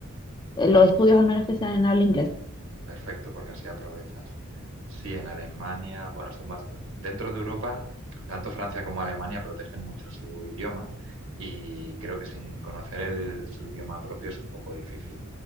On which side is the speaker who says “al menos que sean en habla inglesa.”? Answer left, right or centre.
Left